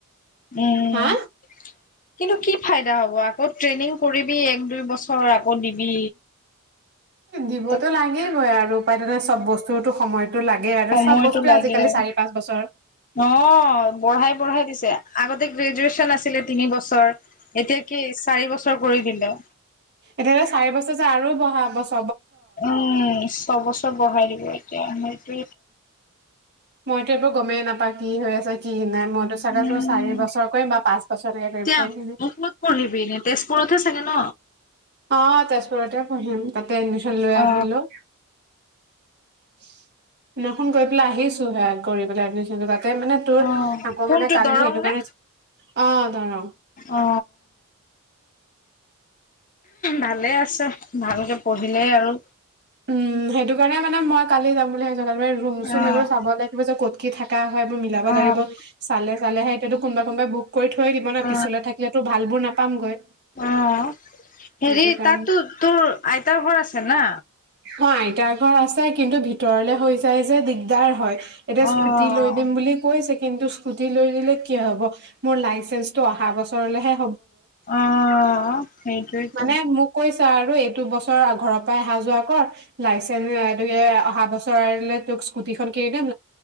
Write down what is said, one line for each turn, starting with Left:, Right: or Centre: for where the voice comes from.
Left: উম
Right: হা
Left: কিন্তু কি। ফাইদা হ'ব আকৌ ট্ৰেইনিং কৰিবি এক দুই বছৰ আকৌ দিবি।
Right: দিবতো
Left: তাত
Right: লাগিলিবই আৰু উপায় তেনে চব বস্তুতটো সময়তো লাগে আৰু
Left: সময়টো
Right: চব বস্তুৱে
Left: লাগে
Right: আজিকালি চাৰি পাঁচ বছৰ।
Left: অ বঢ়াই বঢ়াই দিছে আগতে গ্ৰেজুৱেচন আছিলে তিনি বছৰ। এতিয়া কি চাৰি বছৰ। কৰি দিলে।
Right: এতিয়াহলে চাৰি বছৰ যে আৰু বহা বছৰ।
Left: উম ছবছৰ বঢ়াই দিব। মট।
Right: মইতো এইবোৰ গমেই নাপা কি হৈ আছ কি নাই। মইতো চাগে
Left: উম
Right: জোৰ চাৰি বছৰ কৰিম বা পাঁচ বছৰলৈকে কৰিম
Left: এতিয়া
Right: সেইখিনি।
Left: ক'ত পঢ়িবি এনে তেজপুৰতহে চাগে ন।
Right: অ তেজপুৰতে পঢ়িম তাত। এডমিশন লৈ আহিলো।
Left: অ
Right: দিনাখন গৈ পেলাই আহিছো হে কৰি পেলাই এডমিশন তাত। ত মানে তোৰ
Left: অ
Right: আকৌ
Left: কোনটো
Right: মানে কালি
Left: দৰং
Right: সেইটো
Left: নে
Right: কাৰণে আহ ধৰ।
Left: অ ভালে আছোঁ ছে ভালকে পঢ়িলে আৰু
Right: উম সেইটো কাৰণে মানে মই কালি যাম বুলি ভাবিছোঁ ৰুম
Left: অ',
Right: চুম এইবোৰ চাব লাগিব যে ক'ত কি থাকে হয় এইবোৰ মিলাব
Left: অ',
Right: লাগিব চালে চালেহে এতিয়াতো কোনোবা কোনোবাই বুক কৰি থৈ দিব
Left: অ',
Right: না পিছলে থাকিলেতো ভালবোৰ নাপামগৈ
Left: অ', হেৰি
Right: সেইটো কাৰণে
Left: তাতো তোৰ আইতাৰ ঘৰ আছে না?
Right: অ আইতাৰ ঘৰ আছে, কিন্তু ভিতৰলে হৈ যায় যে দিগদাৰ হয় এতিয়া
Left: অ',
Right: স্কুটি লৈ দিম বুলি কৈছে কিন্তু স্কুটি লৈ দিলে কি হব মোৰ লাইচেন্সটো অহা বছৰলৈহে
Left: অ সেইটেইটো
Right: মানে মোক কৈছা আৰু এইটো বছৰ ঘৰৰ পৰাই অহা যোৱা কৰ লাইচেন্স অহাবছৰ লাগিলে তোক স্কুটি খন কিনি দিম